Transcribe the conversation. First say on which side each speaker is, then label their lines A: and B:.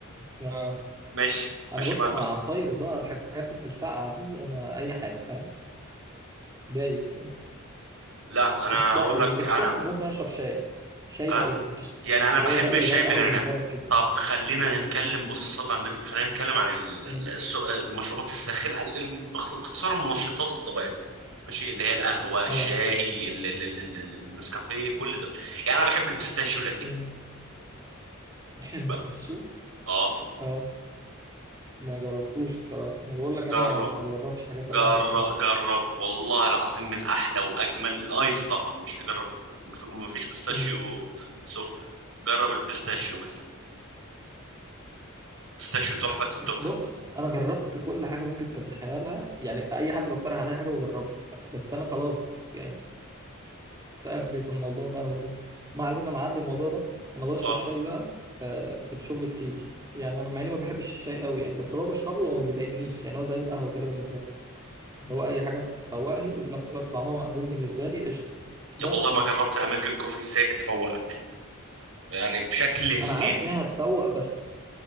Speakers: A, on the right (about 15°); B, on the right (about 75°).
A: امم
B: ماشي
A: انا
B: ماشي
A: بص
B: ما
A: انا
B: بس
A: عصاير بقى الحاجات الساقعه دي انا اي حاجه فاهم دايس يعني
B: لا انا
A: الشاي
B: اقول
A: وفي
B: لك
A: السخن
B: انا
A: ممكن اشرب شاي شاي
B: انا
A: ده قشطه
B: يعني انا
A: اللي
B: بحب
A: هو زي
B: الشاي
A: زي القهوه
B: بنعناع
A: بالنسبه لك كده
B: طب خلينا نتكلم بص صلى على النبي خلينا نتكلم عن ال- ال-
A: مم.
B: الس- المشروبات الساخنه ال- ال- باخت- باختصار المنشطات الطبيعيه ماشي اللي هي القهوه الشاي
A: اه
B: ال- ال- ال- ال- ال- النسكافيه كل ده يعني انا بحب البيستاشيو لاتيه
A: مم. <laughs> البستاشيو
B: بقى اه
A: اه ما جربتوش الصراحه أنا بقول لك
B: جرب
A: انا ما بجربش حاجات القهوه
B: جرب
A: عامه
B: جرب والله العظيم من احلى واجمل الايس طبعا مش تجرب مف- مفيش بيستاشيو
A: مم.
B: سخن جرب البيستاشيو مثلا بيستاشيو تحفة التحفة
A: بص انا جربت كل حاجه ممكن تتخيلها يعني اي حد بقترح عليا حاجه بجربها بس انا خلاص يعني ده اخري في الموضوع القهوه ده ما علينا نعدي الموضوع ده انا بشرب
B: اه
A: شاي بقى آه، في الشغل كتير يعني انا مع اني ما بحبش الشاي قوي يعني بس لو بشربه هو ما بيضايقنيش يعني هو زي القهوه كده بالنسبه لي اللي هو اي حاجه تفوقني وفي نفس الوقت طعمها مقبول بالنسبه لي قشطه
B: يا
A: بس
B: والله ما جربت الامريكان كوفي ازاي بتفوقك يعني بشكل هستيري
A: انا عارف ان هي هتفوق بس